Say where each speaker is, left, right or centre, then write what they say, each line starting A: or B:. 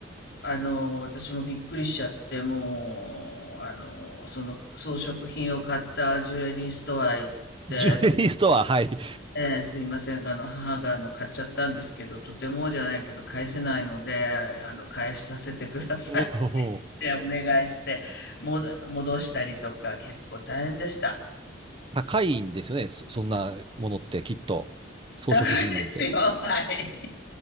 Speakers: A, on the left; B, on the right.
A: あの私もびっくりしちゃって、もう、あのその装飾品を買ったジュエリーストア行って、
B: ジュエリーストア、
A: すい
B: はい。
A: ええ、すいませんが。あの、母が、あの、買っちゃったんですけど、とてもじゃないけど、返せないので、あの、返させてくださいっ
B: うん
A: てお願いして、もど、戻したりとか、結構大変でした。
B: 高いんですよね。そ、そんなものってきっと。装飾品なんで。
A: 高いですよ。はい。